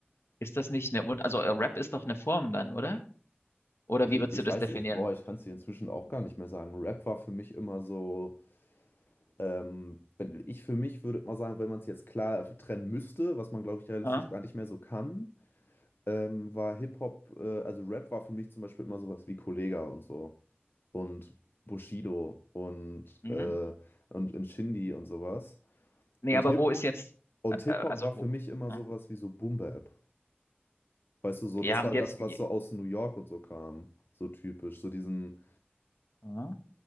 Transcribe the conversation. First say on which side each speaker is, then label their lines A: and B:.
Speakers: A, on the left; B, on the left.
A: Ist das nicht eine, Un- also äh, Rap ist doch eine Form dann, oder? Oder
B: Ich,
A: wie
B: ich
A: würdest
B: ich
A: du das
B: weiß,
A: definieren?
B: ich, boah, ich kann es dir inzwischen auch gar nicht mehr sagen. Rap war für mich immer so, ähm, wenn ich für mich würde mal sagen, wenn man es jetzt klar trennen müsste, was man, glaube ich, realistisch
A: Ah,
B: gar nicht mehr so kann, ähm, war Hip-Hop, äh, also Rap war für mich zum Beispiel immer sowas wie Kollega und so und Bushido und,
A: mhm.
B: äh, und Nshindy und sowas.
A: Nee,
B: Und
A: aber
B: Hip
A: wo ist jetzt,
B: und
A: äh,
B: Hip-Hop
A: äh, also
B: war für
A: wo?
B: mich immer
A: Ah,
B: sowas wie so Boom-Bap. Weißt du, so,
A: Ja,
B: das war
A: und jetzt.
B: das, was so aus New York und so kam. So typisch. So diesen,
A: ja.